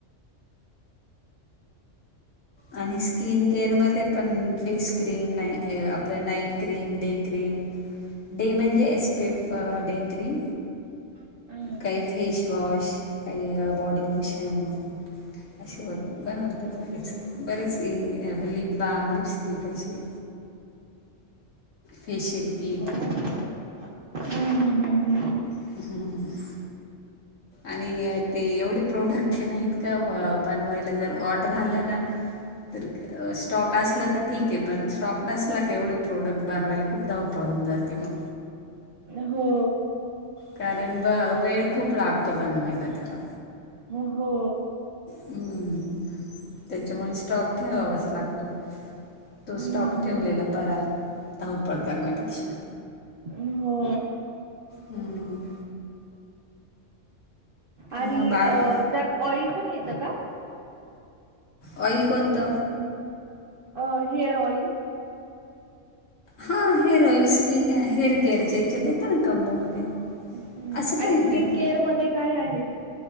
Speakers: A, on the right; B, on the left.
A: <inaudible>
B: आणि स्किन केअरमध्ये पण फेस क्रीम ना आपलं night cream day cream. Day म्हणजे S P F day cream.
A: हम्म
B: काही फेशवाॉश काही बॉडी लोशन. असे हो बनवते
A: हम्म.
B: बरेच बरेच अस लिप बाम लिपस्टिक असे. Facial kit.
A: बरं हम्म हम्म
B: <unintelligible> आणि ते... एवढे प्रोडक्ट ए ना, इतकं बनवायला जर ऑर्डर आल्या ना तर स्टॉक असला तर ठीक ए, पण स्टॉक नसला का एवढे प्रोडक्ट बनवायला खूप धावपळ होवून जाती मग
A: हो
B: कारण ब वेळ खूप लागतो बनवायला त्याला
A: हो
B: हम्म. त्यांच्यामुळे स्टॉक ठेवावाच लागतो तो
A: हम्म
B: स्टॉक ठेवलेला बरा, धावपळ करण्यापेक्षा
A: अम्म हो
B: हम्म
A: आणि
B: मग बाळ
A: अ त्यात ऑइल पण येत का?
B: ऑइल कोणत?
A: अ हेअर ऑइल.
B: हां हेअर ऑइल स्किन हेअर केअरच्या याच्यात येतं ना कंबोमध्ये.
A: ह्म
B: असं
A: आणि
B: पण येतं
A: स्किन केअर मध्ये काय आहे?